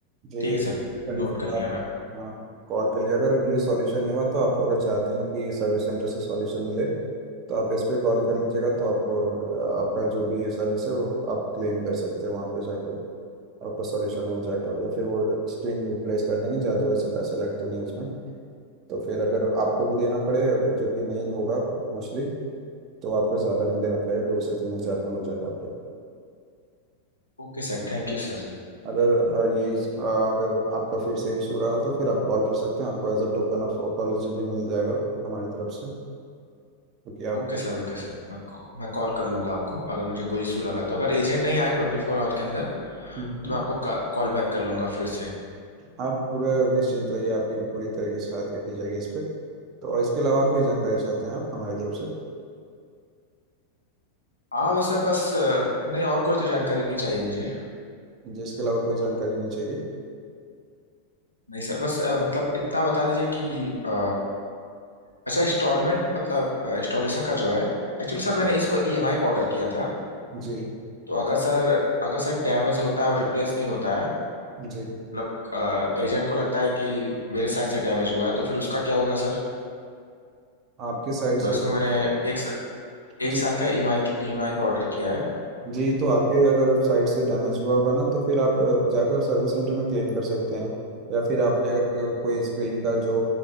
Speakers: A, on the right (about 35°); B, on the left (about 85°).
A: जी
B: ठीक है
A: ट्वेंटी
B: सर नोट कर लिया
A: आप
B: मैं
A: हाँ कॉल कर लीजिए अगर ये सॉल्यूशन नहीं हुआ तो आप अगर चाहते हैं कि सर्विस सेंटर से सॉल्यूशन मिले तो आप इस पे कॉल कर लीजिएगा तो आपको अ, आपका जो भी सर्विस है वो आप क्लेम कर सकते हैं वहाँ पे जाकर आपका सॉल्यूशन हो जाएगा या फिर वो स्क्रीन रिप्लेस कर देंगे ज़्यादा वैसे पैसे लगते नहीं उसमें तो फिर अगर आपको भी देना पड़े जो कि नहीं होगा मोस्टली तो आपको ज़्यादा नहीं देना पड़ेगा दो से तीन हज़ार में हो जाएगा आपका
B: Okay sir thank you sir
A: अगर अ, ये इस- अ, अगर आपका फिर से इशू रहा तो फिर आप कॉल कर सकते हैं आपको as a token of apology भी मिल जाएगा हमारी तरफ से क्योंकि आप
B: Okay sir okay sir मैं मैं कॉल कर लूंगा आपको अगर मुझे कोई इशू लगा तो अगर एजेंट नहीं आए ट्वेंटी फोर आवर के अंदर
A: हम्म।
B: तो मैं आपको कॉल बैक कर लूंगा फिर से
A: आप पूरे निश्चिंत रहिए आपकी पूरी तरीके से सहायता की जाएगी इस पे तो और इसके अलावा और कोई जानकारी चाहते हैं आप हमारी तरफ से
B: हाँ बस सर बस अ, नहीं और कोई तो जानकारी नहीं चाहिए मुझे
A: जी इसके अलावा कोई जानकारी नहीं चाहिए
B: नहीं सर बस अ, मतलब इतना बता दीजिए कि अ, अच्छा इंस्टॉलमेंट मतलब इंस्टॉलेशन का जो है एक्चुअली
A: हाँ,
B: सर मैंने इसको ईएमआई पे ऑर्डर किया था
A: जी
B: तो अगर सर अगर सर डैमेज होता है और रिप्लेस नहीं होता है
A: जी
B: मतलब एजेंट को लगता है कि मेरे साइड से डैमेज हुआ है तो फिर उसका क्या होगा सर
A: आपकी साइड
B: मतलब
A: से
B: इसको मैंने एक एक
A: जी
B: साल का ईएमआई ईएमआई पे ऑर्डर किया है
A: जी तो आपके अगर साइड से डैमेज हुआ होगा ना तो फिर आप अ, जाकर सर्विस सेंटर में क्लेम कर सकते हैं या फिर आपने अगर को- कोई स्क्रीन का जो